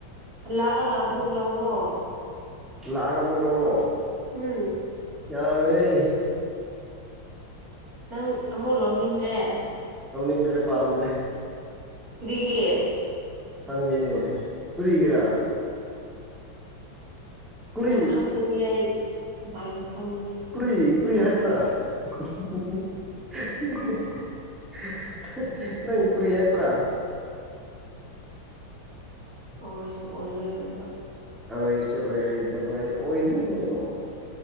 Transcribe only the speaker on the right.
ꯍꯂꯛꯑꯒ ꯑꯃꯨꯛ ꯂꯧꯔꯣ
ꯎꯝ
ꯅꯪ ꯑꯃꯨꯛ ꯂꯧꯅꯤꯡꯗ꯭ꯔꯦ
ꯀꯔꯤꯒꯤ
ꯅꯪ ꯈꯪꯗ꯭ꯔꯗꯤ ꯑꯩ ꯀꯃꯥꯏꯅ ꯈꯪꯒꯅꯤ
ꯑꯣꯏꯁꯨ ꯑꯣꯏꯔꯣꯏꯗꯕ